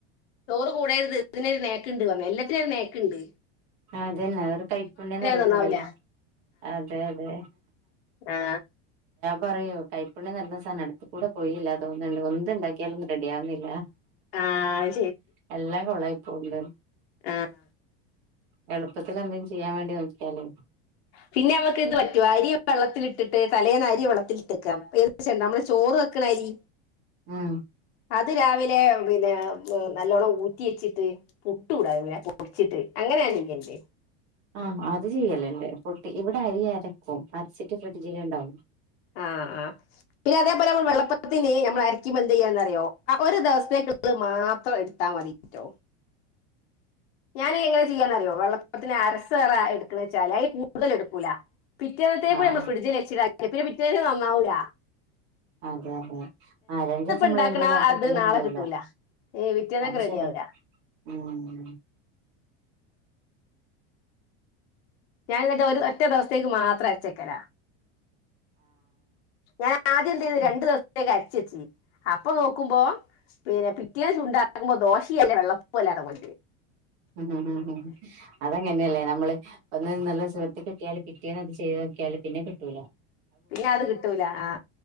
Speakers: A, on the left; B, on the right.
A: ചോറ് കൂടരുത് ഇതിനൊരു നേക്ണ്ട് പറഞ് എല്ലത്തിനും ഒരു നേക്ണ്ട്
B: അതെന്നാ അത് ഒരു കൈപ്പുണ്ന്ന് <unintelligible>
A: നന്നാവില്ല
B: അതെ അതെ
A: ആ
B: പറയോ കൈപ്പുണ്ി നിരുന്ന സാധന അടുത്ത കൂടെ പോയില്ല അതോന്നുന്നു ഒന്ന ഉണ്ടാക്കിയാലൊന്നും റെഡി ആവുന്നില്ല
A: ആ അത്
B: എല്ലാം കൊളായി പോല്ല
A: ആഹ
B: എളുപ്പത്തിൽ എന്തേും ചെയ്യാൻ വേണ്ടി നോദിക്കാലേ
A: പിന്നെ അവമ്മക്ക് ഇത് പറ്റുവ അരി വെള്ളത്തിലൽിട്ടിട്ട് തലേന്ന് അരി വെള്ളത്തിൽിട്ട്ക്കാം ഏദേ നമ്മള് ചോറ് വെക്കണ അരി
B: ഉം
A: അത് രാവിലെ പിന്നെ നല്ലോണ്ണം ഊറ്റി വെച്ചിട്ട് പുട്ട് കൂടാ പിന്നെ പൊടിച്ചിട്ട് അങ്ങനെയാ ചറെ
B: ആഹ അത് ചെയ്യലല്ലേ ഫ ഇവിടെ അരി അരക്കും മരച്ചട്ട് ഫ്രിഡ്ജില ഉണ്ടാവും
A: ആഹ ആ പിന്നെ അതേപോലെ നമ്മൾ വെള്ളപ്പത്തിന് നമ്മൾ അരക്കുമ്പോ എന്ത് ചെയ്യാന്നറിയോ ഒരു ദിവസത്തേക്കുള്ള മാത്രം എടുത്താ മതിട്ടോ ഞാനൻങ്ങനെ ചെയ്യാന്നറിയോ വെള്ളപ്പൊപ്പത്തിന് അരസേറ എടുക്കുന്ന വെച്ചാല് കൂതൽ എടുക്കൂല പിറ്റത്തത്തെേ കൂ
B: ആഹ്
A: നമ്മ ഫ്രഡ്ജിൽെച്ചി പി ശരു മാമ്മ അവിട
B: അതെ അതെ ആ രണ്ടു ദിവസം നമ്മള്
A: ഉണ്ടാക്കണ
B: ഒരുപോലെ ആക്കിയാ
A: അത്
B: പിന്നെ
A: നാളെ
B: റെഡി ആവല
A: കിട്ടൂല പിറ്റേന്നേക്ക്
B: അത്
A: റെഡി
B: ശരി
A: ആവൂല
B: ഉം
A: ഞാാനി എന്നിട്ട് ഒരു ഒറ്റ ദിവസത്തേക്ക് മാത്രം അച്ചേക്കല ഞൻ ആദ്യം എന്ത ചെയ്യുന്നു
B: ആഹ്
A: രണ്ടു ദിവസത്തേക്കായിട്ട ചച്ച അപ്പൊ നോക്കുമ്പോ പിന്നെ പിറ്റേ ഉണ്ടാകുമ്പോ ദോശയല്ലേ വെള്ളപ്പൂല്ലാതങ്ങോ
B: ഉംം ഉ അതങ്ങനെയല്ലേ നമ്മള് ഒന്ന് നല്ല സുഖത്ത് കിട്ടിയാല് പിറ്റേന്ന് അത് ചെയ്ത് നോക്കിയാല് പിന്നെ കിട്ടൂല
A: പിന്നെ അത് കിട്ടൂല ആഹ